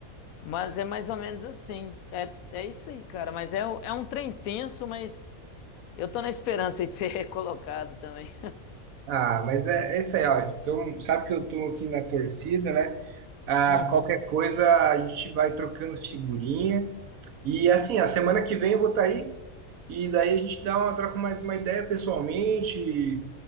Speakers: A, on the left; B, on the right.
A: Mas é mais ou menos assim. É, é isso aí, cara. Mas é, o- é um trem tenso, mas eu tô na esperança aí de ser <laughs> recolocado também.
B: Ah, mas é, é isso aí, ó. Então, sabe que eu tô aqui na torcida, né? Ah,
A: Uhum.
B: qualquer coisa
A: <laughs>
B: a gente vai trocando figurinha. E assim, a semana que vem eu vou estar aí E daí a gente dá uma, troca mais uma ideia pessoalmente,